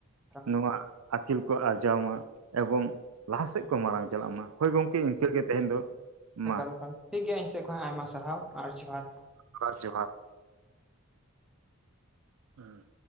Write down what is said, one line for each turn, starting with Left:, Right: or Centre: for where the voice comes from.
Centre: ᱦᱩᱸ
Right: ᱱᱚᱣᱟ ᱟᱹᱠᱤᱞ ᱠᱚ ᱟᱨᱡᱟᱣ ᱢᱟ ᱮᱵᱚᱝ ᱞᱟᱦᱟᱟᱥᱮᱫ ᱠᱚ ᱢᱟᱨᱟᱝ ᱪᱟᱞᱟᱜ ᱢᱟ ᱦᱳᱭ ᱜᱚᱢᱠᱮ ᱤᱱᱠᱟᱹᱜ ᱜᱮ ᱛᱮᱦᱮᱧ ᱫᱚ
Centre: ᱮᱠᱟᱞ
Right: ᱢᱟ
Centre: ᱮᱠᱟᱞ ᱴᱷᱤᱠ ᱜᱮᱭᱟ ᱤᱧ ᱥᱮᱫ ᱠᱷᱚᱱ ᱟᱭᱢᱟ ᱥᱟᱨᱦᱟᱣ ᱟᱨ ᱡᱚᱦᱟᱨ
Right: ᱵᱟᱨ ᱡᱚᱦᱟᱨ ᱦᱩᱸ